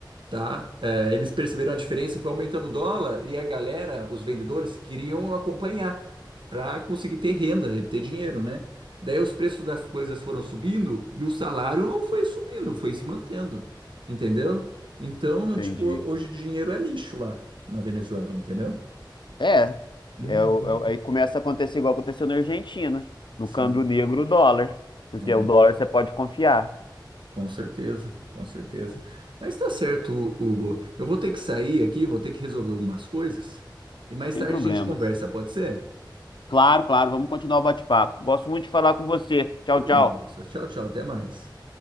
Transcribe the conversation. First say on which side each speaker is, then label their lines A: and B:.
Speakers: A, on the right; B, on the left.
A: tá? É, eles perceberam a diferença, foi aumentando o dólar e a galera, os vendedores, queriam acompanhar para conseguir ter renda e ter dinheiro, né? Daí os preços das coisas foram subindo e o salário não foi subindo, foi se mantendo, entendeu? Então,
B: Entendi.
A: tipo, hoje dinheiro é lixo lá na Venezuela, entendeu?
B: É,
A: Uhum.
B: é, o- é o- aí começa a acontecer igual aconteceu na Argentina, no
A: Sim,
B: câmbio negro, o dólar, porque
A: é,
B: o dólar você pode confiar,
A: com certeza, com certeza. Mas tá certo, Hugo. Eu vou ter que sair aqui, vou ter que resolver algumas coisas e mais
B: sem
A: tarde
B: problemas.
A: a gente conversa, pode ser?
B: Claro, claro, vamos continuar o bate-papo. Gosto muito de falar com você. Tchau,
A: Também
B: tchau.
A: gosto. Tchau, tchau. Até mais.